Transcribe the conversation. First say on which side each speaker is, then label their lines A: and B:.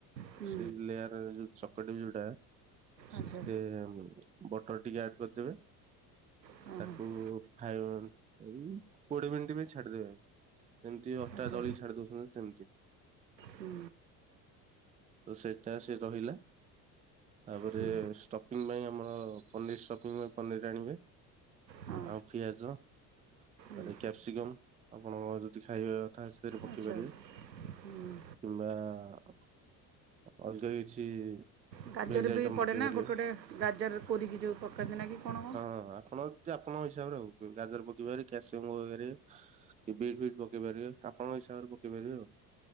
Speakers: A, on the right (about 85°); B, on the right (about 15°).
A: ହୁଁ
B: ସେଇ ଲେୟାର ଯୋଉ ଚ <unintelligible> ଯୋଉଟା ସେଥିରେ
A: ଆଚ୍ଛା
B: ବଟର୍ ଟିକେ ଆଡ କରିଦେବେ।
A: ହଁ ହଁ
B: ତାକୁ <unintelligible> କୋଡିଏ ମିନିଟ୍ ପାଇଁ ଛାଡିଦବେ। ଯେମିତି ଅଟା
A: ଆଚ୍ଛା
B: ଦଳି ଛାଡି ଦଉଛନ୍ତି ସେମିତି।
A: ହୁଁ।
B: ତ ସେଟା ସେ ତ ରହିଲା। ତା ପରେ
A: ହୁଁ
B: ଷ୍ଟପିଙ୍ଗ୍ ପାଇଁ ଆମର ପନିର୍ ଷ୍ଟପିଙ୍ଗ୍ ପାଇଁ ପନିଅରି ଆାଣିବ।
A: ହଁ
B: ଆଉ ଫଆଜ। ତା
A: ହୁଁ
B: ପରେ କ୍ୟାପ୍ସିକମ୍ ଆପଣଙ୍କ ଯଦି ଖାଇବ କଥା ସେଥିରେ ପ-
A: ଆଚ୍ଛା
B: ଖାଇ ପାରିବେ
A: ହୁଁ
B: କିମ୍ବା ଅଲଗା କିଛି
A: ଗାଜର
B: ଭେଜ
A: ବି
B: ଆଇଟମ
A: ପଡ଼େନା
B: ପକେଇ ପାରିବେ।
A: ଗୋଟେ ଗୋଟେ ଗାଜର କୋରି କି ଯୋଉ ପକାନ୍ତି ନା କି କଣ?
B: ହଁ। ଆପଣ ଆପଣଙ୍କ ହିସାବରେ ହଉ ଗାଜର ପକେଇ ପାରିବେ କ୍ୟାପ୍ସିକମ୍ ପକେଇ ପାରିବେ। କି ବିଟ୍ ବି ପକେଇ ପାରିବେ। ଆପଣଙ୍କ ହିସାବରେ ପକେଇ ପାରିବେ ଆଉ।